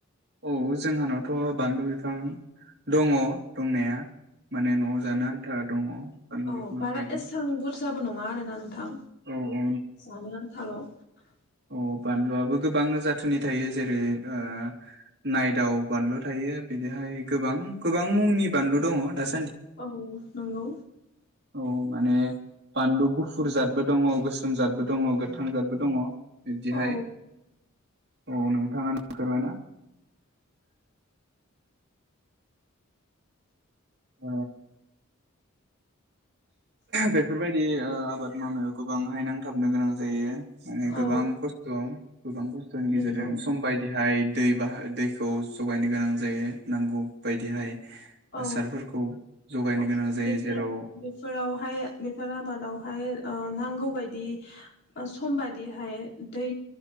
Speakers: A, on the right (about 55°); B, on the left (about 55°).
A: औ जोंहानावथ' बानलु बिफां दङ दंनाया माने न' जानो था दङ बानलु
B: अ
A: बिफाङा
B: बारा
A: गायदों
B: एसां बुर जाबो नङा आरो नों थां
A: औ औ
B: जानो आन्थाल' <unintelligible>
A: अ बानलुआबो गोबां जाथोननि थायो जेरै ओ नायदाव बानलु थायो बिदिहाय गोबां गोबां मुंनि बानलु दङ दा
B: औ नंगौ
A: औ माने बानलु गुफुर जाद बबो दङ गोसोम जादबो दङ गोथां जादबो दङ। बिब्दिहाय
B: औ
A: औ नोंथाङा फोरमायना अ बेफोरबायदि ओ आबाद मावनायाव गोबांहाय नांथाबनो गोनां जायो। माने
B: औ
A: गोबां खस्थ' गोबां खस्थ'नि गेजेरजों
B: नंगौ
A: सम बायदिहाय दै बाहा दैखौ जगायनो गोनां जायो नांगौ बायदिहाय
B: औ
A: आसारफोरखौ जगायनो
B: औ
A: गोनां जायो
B: बेफोर
A: जेराव
B: बेफोरावहाय बेफोर आबादावहाय ओ नां नांगौबायदि सम बायदिहाय दै